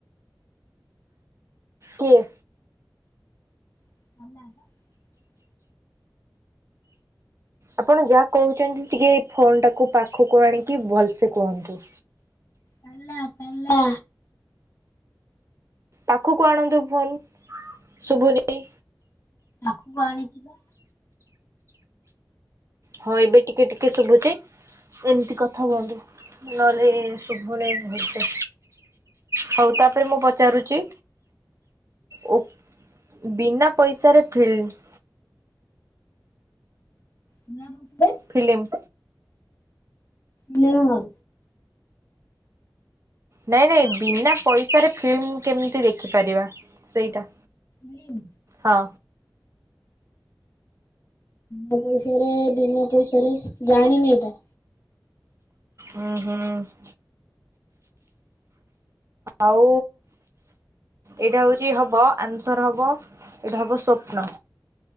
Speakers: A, on the right; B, on the left.
A: କିଏ?
B: <inaudible>
A: ଆପଣ ଯାହା କହୁଛନ୍ତି ଟିକେ ଫୋନ ଟାକୁ ପାଖକୁ ଆଣିକି ଭଲସେ କୁହନ୍ତୁ।
B: ତାଲା ତାଲା।
A: ପାଖକୁ ଆଣନ୍ତୁ ଫୋନ୍ ଶୁଭୁନି।
B: ଆଖକୁ ଆଣିଛିିବା।
A: ହଁ ଏବେ ଟିକେ ଟିକେ ଶୁଭୁଛି। ଏମିତି କଥା କୁହନ୍ତୁ ନହେଲେ ଶୁଭନେଇ ଭଲସେ। ହଉ ତାପରେ ମୁଁ ପଚାରୁଛି। ଓ ବିନା ପଇସାରେ ଫ୍ଲିମ
B: ବିନା ପଇସାରେ?
A: ଫିଲିମ୍।
B: Film hall.
A: ନାଇଁ ନାଇଁ ବିନା ପଇସାରେ ଫିଲ୍ମ କେମିତି ଦେଖିପାରିବା ସେଇଟା?
B: ହୁଁ।
A: ହଁ।
B: ବ ପଇସାରେ ବିମା ପଇସାରେ ଜାଣିନି ଏଇଟା।
A: ହଁ ହଁ। ଆଉ। ଏଇଟା ହଉଛି ହବ ଆନ୍ସର ହବ ଏଇଟା ହବ ସପ୍ନୋ।